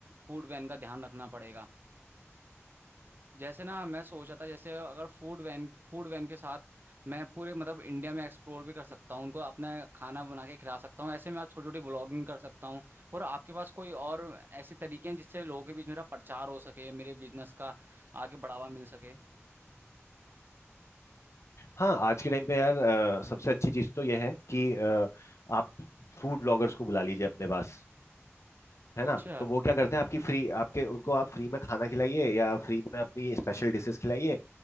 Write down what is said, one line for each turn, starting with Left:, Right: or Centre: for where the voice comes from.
Right: फूड वैन का ध्यान रखना पड़ेगा जैसे ना मैं सोचा था जैसे अगर फूड वैन फूड वैन के साथ मैं पूरे मतलब इंडिया में एक्सप्लोर भी कर सकता हूँ उनको अपना खाना बना के खिला सकता हूँ ऐसे मैं छोटी छोटी ब्लॉगिंग कर सकता हूँ और आपके पास कोई और ऐसे तरीके हैं जिससे लोगों के बीच मेरा प्रचार हो सके मेरे बिजनेस का आगे बढ़ावा मिल सके
Left: हाँ आज के टाइम पे यार अ, सबसे अच्छी चीज तो यह है कि अ, आप फूड ब्लॉगर्स को बुला लीजिए अपने पास है
Right: अच्छा
Left: ना तो वो क्या करते हैं आपकी फ्री आपके उनको आप फ्री में खाना खिलाइए या फ्री में अपनी स्पेशल डिशेस खिलाइए